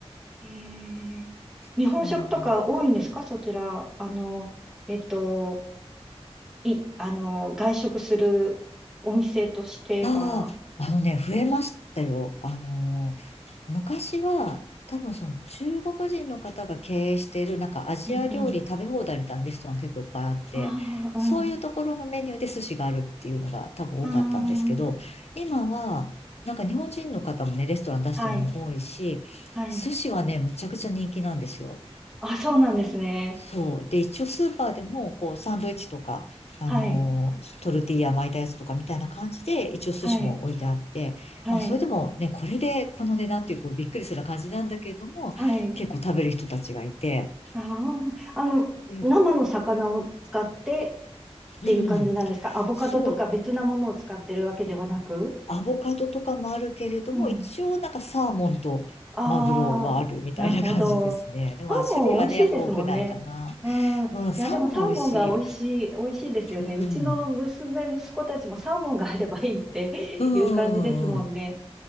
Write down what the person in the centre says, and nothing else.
ええ日本食とか多いんですかそちら。
あの、えっと、い、あの、外食するお店としては。
うんうん。ああ、
うん。うん。
はい。はい。
あ、そうなんですね。
はい、
はい、はい、
はい。
ああ、あの、
生の魚を使ってっていう感じなんですかアボカドとか別なものを使ってるわけではなく
うん。
ああ、なるほど。
サーモン美味しいですもんね。
うん。いや、
でもサーモンが美味しい、美味しいですよね。
うちの娘、息子たちもサーモンがあればいいっていう感じですもんね。